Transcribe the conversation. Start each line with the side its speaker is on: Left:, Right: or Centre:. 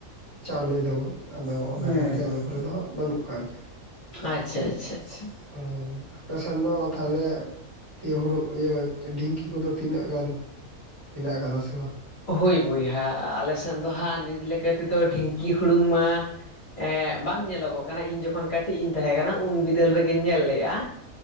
Right: ᱪᱟᱣᱞᱮ ᱫᱟᱵᱚᱱ ᱟᱫᱚ
Left: ᱦᱮᱸ
Right: ᱚᱱᱟ ᱠᱟᱨᱛᱮ
Left: ᱦᱮᱸ
Right: ᱟᱞᱮ ᱠᱚᱨ ᱫᱚ ᱦᱟᱸᱜ ᱵᱟᱹᱱᱩᱜ ᱠᱟᱜ ᱜᱮᱭᱟ᱾
Left: ᱟᱪᱪᱷᱟ ᱟᱪᱪᱷᱟ ᱟᱪᱪᱷᱟ᱾
Right: ᱚ ᱟᱯᱮᱥᱮᱱ ᱫᱚ ᱛᱟᱦᱚᱞᱮ ᱦᱩᱲᱩ ᱤᱭᱟᱹ ᱰᱷᱤᱝᱠᱤ ᱠᱚᱫᱚ ᱛᱤᱱᱟᱹᱜ ᱜᱟᱱ ᱢᱮᱱᱟᱜ ᱟᱠᱟᱫᱟ ᱥᱮ ᱵᱟᱝ?
Left: ᱦᱳᱭ ᱵᱚᱭᱦᱟ ᱟᱞᱮᱥᱮᱫ ᱫᱚ ᱦᱟᱸᱜ ᱱᱤᱛ ᱞᱮᱠᱟᱛᱮᱫᱚ ᱰᱷᱤᱝᱠᱤ ᱦᱩᱲᱩᱝ ᱢᱟ ᱮ ᱵᱟᱝ ᱧᱮᱞᱚᱜᱚᱜ ᱠᱟᱱᱟ ᱤᱧ ᱡᱚᱠᱷᱚᱱ ᱠᱟᱹᱴᱤᱡ ᱤᱧ ᱛᱟᱦᱮᱸ ᱠᱟᱱᱟ ᱩᱱᱵᱤ ᱫᱟᱹᱞ ᱨᱮᱜᱮᱧ ᱧᱮᱞ ᱞᱮᱫᱜᱼᱟ,